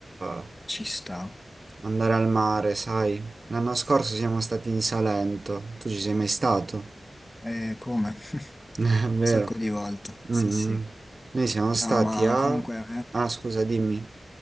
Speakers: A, on the right; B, on the left.
A: eh,
B: ci sta.
A: andare al mare, sai. L'anno scorso siamo stati in Salento. Tu ci sei mai stato?
B: E come? Un
A: <laughs> È vero.
B: sacco di volte, sì,
A: Mm.
B: sì.
A: Noi siamo
B: No,
A: stati
B: ma
A: a...
B: comunque, eh,
A: Ah, scusa, dimmi.